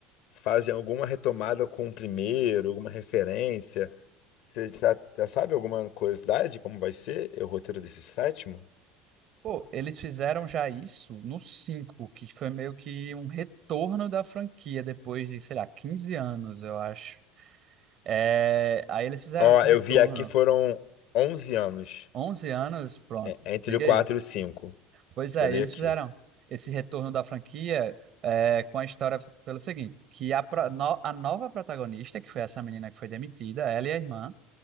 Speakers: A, on the left (about 60°); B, on the right (about 45°).
A: Fazem alguma retomada com o primeiro, alguma referência. Você já, já sabe alguma curiosidade, como vai ser o roteiro desse sétimo?
B: Pô, eles fizeram já isso no cinco que foi meio que um retorno da franquia depois de, sei lá, 15 anos, eu acho. Eh, aí eles fizeram
A: Ó,
B: esse
A: eu
B: retorno,
A: vi aqui foram 11 anos,
B: 11 anos, pronto,
A: é- entre
B: diga
A: o 4
B: aí.
A: e o cinco.
B: Pois é,
A: Vou ler
B: e eles
A: aqui.
B: fizeram esse retorno da franquia é, com a história pelo seguinte, que a, pro- no- a nova protagonista, que foi essa menina que foi demitida, ela e a irmã,